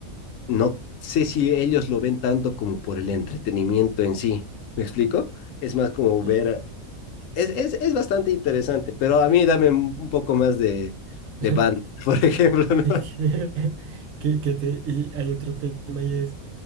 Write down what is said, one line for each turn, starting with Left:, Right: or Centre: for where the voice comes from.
Left: no sé si ellos lo ven tanto como por el entretenimiento en sí. ¿Me explico? Es más como
Right: Eh,
Left: ver... Es, es, es bastante interesante, pero a mí dame un un poco más de,
Right: <laughs>
Left: de Batman, <laughs> por ejemplo, ¿no?
Right: es que- que- que <laughs> te- y hay otro tema y es...